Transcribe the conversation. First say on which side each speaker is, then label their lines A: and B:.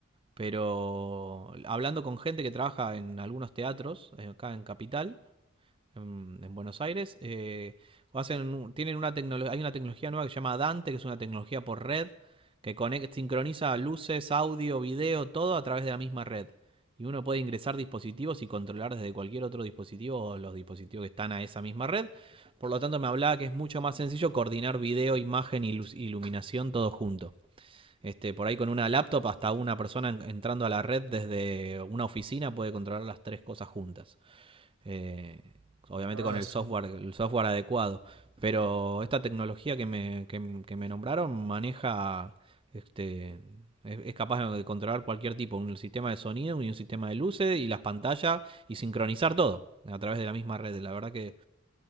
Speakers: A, on the right (about 25°); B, on the right (about 85°).
A: pero hablando con gente que trabaja en algunos teatros, eh, acá en Capital, en, en Buenos Aires. eh, o hacen, tienen una tecnología, hay una tecnología nueva que se llama Dante, que es una tecnología por red, que conecta sincroniza luces, audio, video, todo a través de la misma red. Y uno puede ingresar dispositivos y controlar desde cualquier otro dispositivo los dispositivos que están a esa misma red. Por lo tanto, me hablaba que es mucho más sencillo coordinar video, imagen y iluminación todo junto. Este, por ahí con una laptop hasta una persona entrando a la red desde una oficina puede controlar las tres cosas juntas eh, obviamente
B: Ah,
A: con el
B: es
A: software,
B: un-
A: el software adecuado. Pero esta tecnología que me, que, que me nombraron maneja, este, es, es capaz de controlar cualquier tipo, un sistema de sonido y un sistema de luces y las pantallas y sincronizar todo a través de la misma red. La verdad que